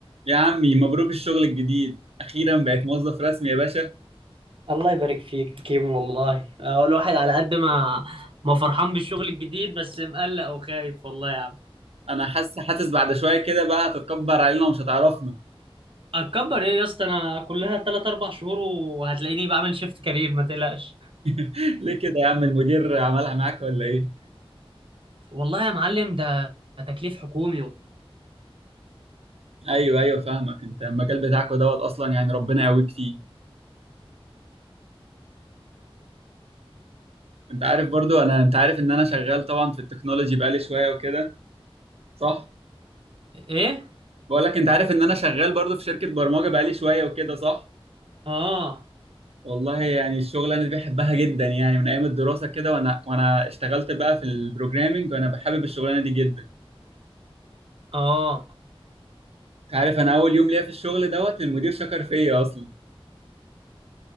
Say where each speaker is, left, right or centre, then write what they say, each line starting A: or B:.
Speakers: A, on the right; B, on the right.
A: يا عمي مبروك الشغل الجديد اخيرا بقيت موظف رسمي يا باشا
B: الله يبارك فيك كيمو والله أه، الواحد على قد ما ما فرحان بالشغل الجديد بس مقلق وخايف والله يا عم
A: انا حاسس حاسس بعد شويه كده بقى هتتكبر علينا ومش هتعرفنا
B: اتكبر ايه يا اسطى انا كلها 3 4 شهور وهتلاقيني بعمل شيفت كارير ما تقلقش
A: <laughs> ليه كده يا عم المدير عملها معاك ولا ايه
B: والله يا معلم ده تكليف حكومي و...
A: ايوه ايوه فاهمك انت المجال بتاعك دوت اصلا يعني ربنا يقويك فيه انت عارف برضو انا انت عارف ان انا شغال طبعا في التكنولوجي بقالي شويه وكده صح
B: ايه
A: بقول لك انت عارف ان انا شغال برضو في شركه برمجه بقالي شويه وكده صح
B: اه
A: والله يعني الشغل انا بحبها جدا يعني من ايام الدراسه كده وانا وانا اشتغلت بقى في البروجرامينج وانا بحابب الشغلانه دي جدا
B: اه
A: عارف انا اول يوم ليا في الشغل دوت المدير شكر فيا اصلا